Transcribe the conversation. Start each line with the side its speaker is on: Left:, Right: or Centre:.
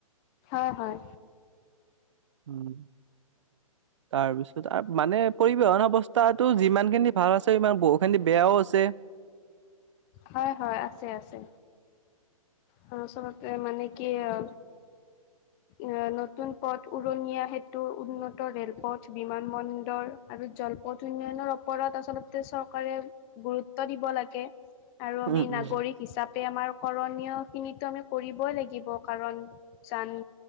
Left: হয় হয়।
Right: উম। তাৰপিছত আৰু মানে পৰিবহন ব্যৱস্থাটো যিমান খিনি ভাল আছে, সিমান বহু খিনি বেয়াও আছে।
Left: হয় হয় আছে আছে। দৰাচলতে মানে কি অ এ, নতুন পথ, উৰণীয়া সেতু, উন্নত ৰেলপথ, বিমান বন্দৰ। আৰু জলপথ উন্নয়নৰ ওপৰত, আচলতে চৰকাৰে গুৰুত্ব দিব লাগে। আৰু আমি
Right: উম উম
Left: নাগৰিক হিচাপে, আমাৰ কৰণীয় খিনিকটোত আমি কৰিবই লাগিব, কাৰণ যান